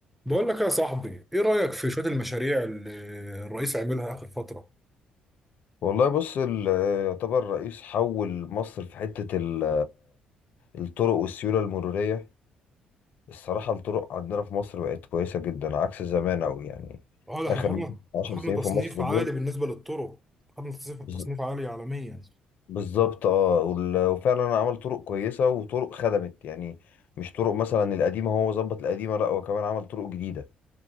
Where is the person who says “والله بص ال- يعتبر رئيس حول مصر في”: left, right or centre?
Left